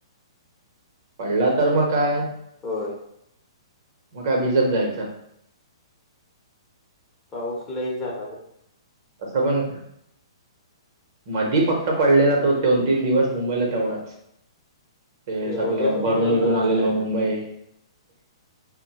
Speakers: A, on the right; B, on the left.
A: पडला तर मग काय.
B: होय
A: मग काय भिजत जायच.
B: पाऊस लईच झाला रे.
A: आता पण मधी फक्त पडलेला तो दोन तीन दिवस मुंबईला तेवढाच. ते सगळ
B: उद्याच
A: भरून
B: कोण काय
A: विरून
B: सांगू
A: आलेल
B: शकणार
A: मुंबई.